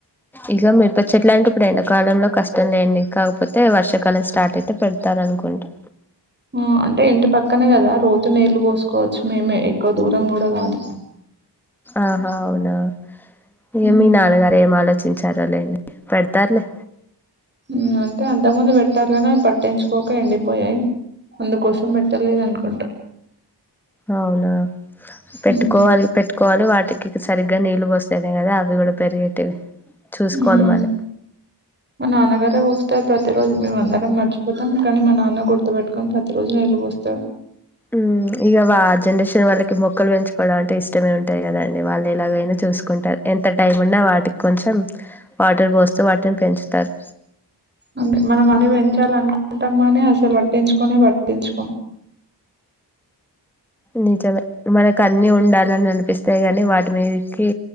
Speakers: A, in the centre; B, on the right.
A: ఈ సారి మిరప చెట్లంటే ఇప్పుడు ఎండ కాలంలో కష్టం లేండి కాకపోతే వర్షాకాలం స్టార్ట్ అయితే పెడతారునుకుంటా
B: మ్మ్ అంటే ఇంటి పక్కనే కదా రోజు నీళ్ళు పోసుకోవచ్చు మేమే ఎక్కువ దూరం కూడ కాదు
A: ఆహా అవునా ఇగ
B: ఉమ్
A: మీ నాన్నగారు ఏం ఆలోచించారో లేండి పెడతారులే
B: మ్మ్ అంటే అంతకు ముందు పెట్టారుగాని అవి పట్టించుకోక ఎండి పోయాయి అందుకోసం పెట్టలేదనుకుంటా
A: అవునా పెట్టుకోవాలి
B: ఉమ్
A: పెట్టుకోవాలి వాటికి సరి గ్గా నీళ్లు పోస్తేనే కదా అవి కూడా పెరిగేటివి చూసుకోవాలి
B: మ్మ్
A: మనం.
B: మా నాన్నగారే పోస్తారు ప్రతి రోజు మేము అందరం మర్చిపోతాం కానీ మా నాన్న గుర్త్ తు పెట్టుకొని ప్రతి రోజు నీళ్ళు పోస్తారు
A: మ్మ్ ఇంగ వా జనరేషన్ వాళ్ళకి మొక్కలు వెంచు కోడమంటే అంటే ఇష్టమే ఉంటది కదండి వాళ్ళు ఎలాగైనా చూసుకుంటారు ఎంత టైం ఉన్నా వాటికి కొంచెం వాటర్ పోస్తూ వాటిని పెంచు టర్
B: అంటే మనం మళ్ళీ పెంచాలనుకుంటాం కానీ అసలు పట్టించు కునే పట్టించుకోం
A: నిజమే మనకు అన్ని ఉండాలని అనిపిస్తాయి గా లే వాటి మీదకి